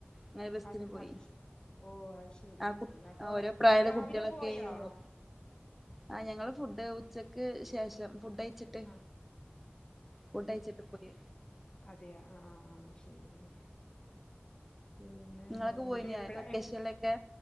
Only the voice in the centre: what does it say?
അങ്ങനെ ബസ്സിന്
പോയി
ആഹ് കു
ഓരോ പ്രായള്ള
കുട്ടികളൊക്കെയ്നു
ആഹ് ഞങ്ങള് ഫുഡ് ഉച്ചക്ക് ശേഷം ഫുഡയ്ച് ട്ട്
ഫുഡയ്ച്ട്ട് പൊതി
നിങ്ങളൊക്കെ
പോയിനോ
വെക്കേഷനിലൊക്കെ